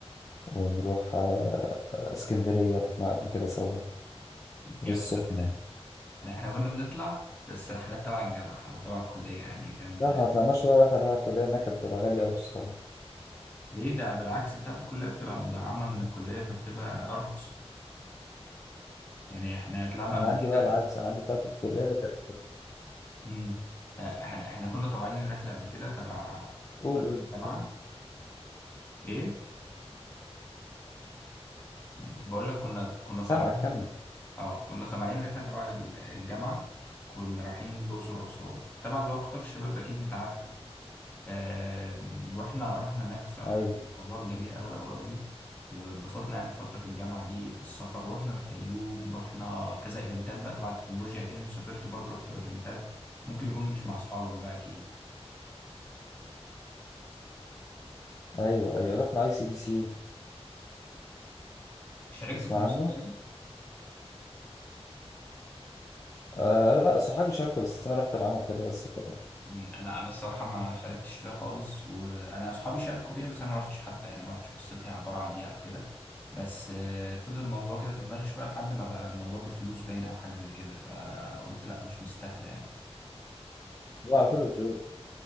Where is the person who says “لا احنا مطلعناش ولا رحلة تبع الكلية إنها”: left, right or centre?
Left